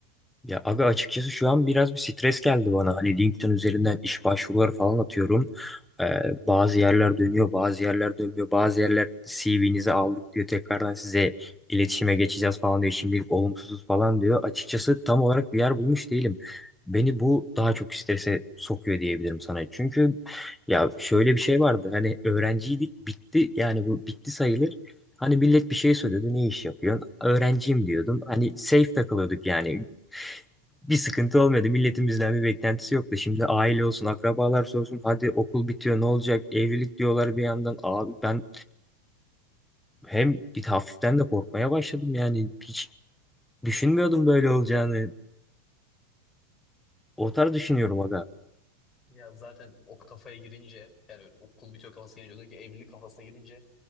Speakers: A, in the centre; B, on the left.
A: Ya abi açıkçası şu an biraz bir stres geldi bana. Hani LinkedIn üzerinden iş başvuruları falan atıyorum. Ee, bazı yerler dönüyor, bazı yerler dönmüyor. Bazı yerler CV'nizi aldık diyor. Tekrardan size iletişime geçeceğiz falan diyor. Şimdilik olumsuzuz falan diyor. Açıkçası tam olarak bir yer bulmuş değilim. Beni bu daha çok strese sokuyor diyebilirim sana. Çünkü ya şöyle bir şey vardı. Hani öğrenciydik bitti. Yani bu bitti sayılır. Hani millet bir şey soruyordu. Ne iş yapıyorsun? Öğrenciyim diyordum. Hani safe takılıyorduk yani bir sıkıntı olmuyordu. Milletin bizden bir beklentisi yoktu. Şimdi aile olsun, akrabalar olsun. Hadi okul bitiyor ne olacak? Evlilik diyorlar bir yandan. Abi ben hem bir hafiften de korkmaya başladım yani. Hiç düşünmüyordum böyle olacağını. O tarz düşünüyorum aga.
B: Ya zaten o kafaya girince yani okul bitiyor kafasına girince özellikle evlilik kafasına girince